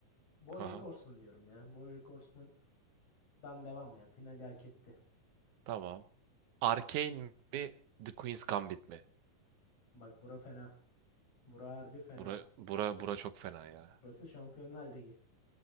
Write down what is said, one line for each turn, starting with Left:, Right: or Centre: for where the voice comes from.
Left: BoJack
Right: Haha.
Left: Horseman diyorum ya. BoJack Horseman'dan devam ya. Finali hak etti.
Right: Tamam. Arcane mi? The Queen's Gambit mi?
Left: Bak bura fena. Bura harbi fena.
Right: Bura, bura, bura çok fena ya.
Left: Burası Şampiyonlar Ligi.